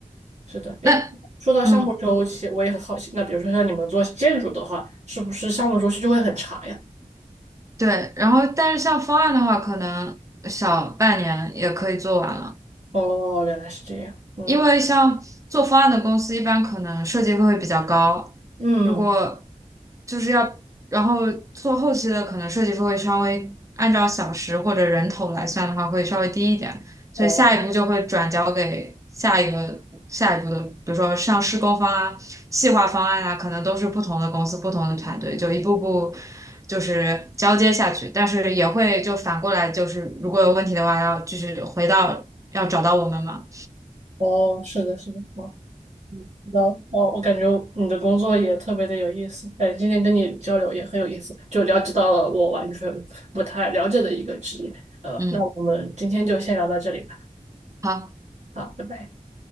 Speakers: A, on the right; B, on the right.
A: 是的，诶，
B: 那。
A: 说到项目周期，
B: 嗯。
A: 我也很好奇，那比如说像你们做建筑的话，是不是项目周期就会很长呀？
B: 对，然后但是像方案的话，可能小半年也可以做完了。
A: 哦，原来是这样，嗯。
B: 因为像做方案的公司，一般可能设计费会比较高，
A: 嗯，
B: 如果就是要，然后做后期的，可能设计费会稍微按照小时或者人头来算的话，会稍微低一点，所以下一步就会转交给下一个下一步的，
A: 哦
B: 比如说像施工方啊、细化方案啊，可能都是不同的公司、不同的团队，就一步步就是交接下去，但是也会就反过来，就是如果有问题的话，要就是回到要找到我们嘛。
A: 哦，是的，是的，哦，嗯，那道了哦，我感觉你的工作也特别的有意思，哎，今天跟你交流也很有意思，就了解到了我完全不太了解的一个职业，呃，
B: 嗯。
A: 那我们今天就先聊到这里吧，
B: 好
A: 好，拜拜。